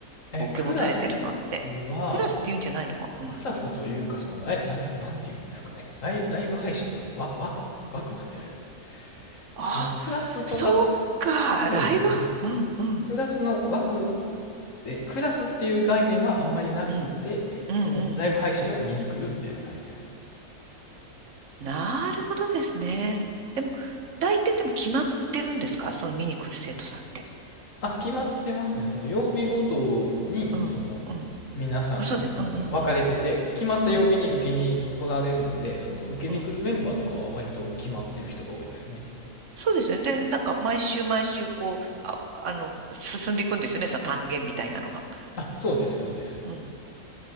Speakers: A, on the right (about 60°); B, on the left (about 60°).
A: こう、
B: え、
A: 受け持たれてるのって。
B: クラスは、
A: クラスって言うんじゃないのか。うん。
B: クラスというか、そのライ、なん、なんていうんですかね。ライ、ライブ配信のわ枠、枠なんですよ。
A: あ
B: そのクラスとか、
A: そっか、
B: そうですね。
A: ライブはうんうん、
B: クラスの枠で、クラスっていう概念はあんまりなくて、
A: うん、うん、
B: そのライブ配信を見に来るみたいな感じですね。
A: うん、うん。なるほどですね。でも、大抵でも決まってるんですかその見に来る生徒さんって。
B: あ、決まってますね。その曜日ごとに、
A: うん、
B: その、
A: うん。
B: 皆さん、
A: あそうです。うん、
B: なんか分かれてて、
A: うん、うん、
B: 決まった曜日に受けに来られるんで、
A: うん、
B: その受けに来るメンバーとかは割と決まってる人が多いですね。
A: うん。そうですね。で、なんか毎週毎週こう、あ、あの、進んでいくんですよね。その単元みたいなのが。
B: あ、そうです、そうです。
A: うん。